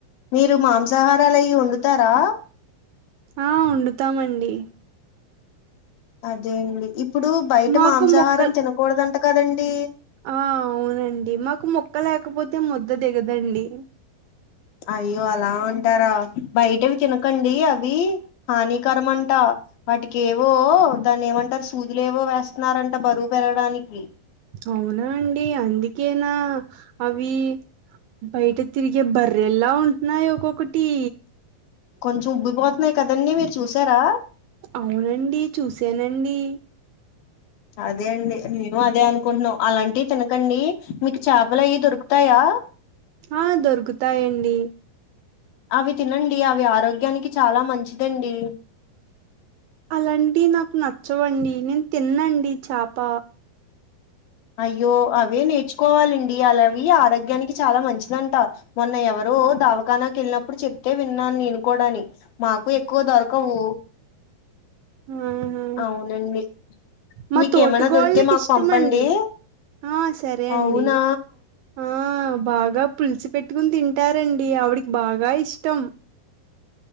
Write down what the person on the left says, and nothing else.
మీరు మాంసాహారాలు అయి వండుతారా
అదే అండి ఇప్పుడు బయట
మాంసాహారం
తినకూడదంట కదండి
అయ్యో అలా అంటారా బయటవి తినకండి అవి హానికరము అంట వాటికి ఏవో దాన్ని ఏమంటారు సూదులు ఏవో వేస్తన్నారంట బరువు పెరగడానికి
కొంచెం ఉబ్బిపోతున్నాయి కదండి మీరు చూసారా
అదే అండి నేను అదే అనుకుంటున్నాం అలాంటివి తినకండి మీకు చేపల అవి దొరుకు త్తయా
అవి తినండి అవి ఆరోగ్యానికి చాలా మంచిదండి
అయ్యో అవే నేర్చుకోవాలండి అలావి ఆరోగ్యానికి చాలా మంచిదంటే మొన్న ఎవరు దావఖానాకి వెళ్ళినప్పుడు చెప్తే విన్నాను నేను కూడా అని మాకు ఎక్కువ దొరకవు
అవునండి
మీకేమైనా
దొరికితే మాకు
పంపండి
అవునా